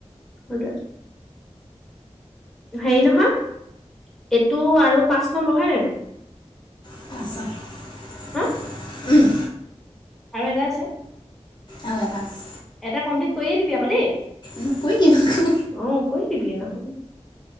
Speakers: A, in the centre; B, on the left.
A: সইটোৱে। হেৰি নহয়! এইটো আৰু পাঁচ নম্বৰ হয় নাই তোৰ?
B: <unintelligible>
A: হোঁম!
B: উম!
A: আৰু এটা আছে।
B: আৰু এটা আছে।
A: এটা কমপ্লিট কৰিয়ে দিবি আকৌ দেই?
B: মোক কৈ দিম আকৌ
A: অ'! কৰি দিবি, ন'হলে